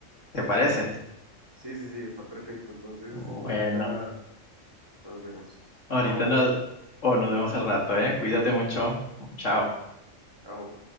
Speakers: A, on the left (about 75°); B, on the right (about 20°).
A: ¿Te parece?
B: siguiente. Sí, sí, sí, está perfecto. Entonces,
A: Bueno,
B: ahorita nos vemos.
A: ahorita
B: Chao,
A: nos, o nos vemos al rato, ¿eh? Cuídate mucho. Chao.
B: chao.